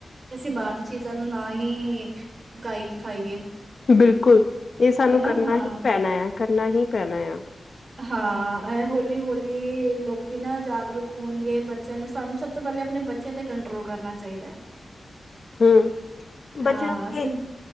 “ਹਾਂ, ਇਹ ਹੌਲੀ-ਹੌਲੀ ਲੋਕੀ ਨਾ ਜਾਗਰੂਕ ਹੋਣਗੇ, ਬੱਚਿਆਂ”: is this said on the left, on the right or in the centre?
Right